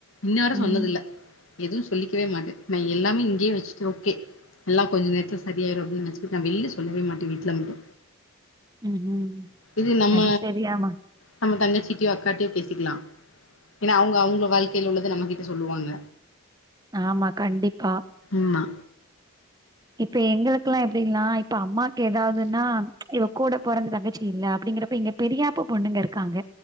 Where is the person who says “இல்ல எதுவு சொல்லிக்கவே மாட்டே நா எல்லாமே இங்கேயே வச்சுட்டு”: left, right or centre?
Left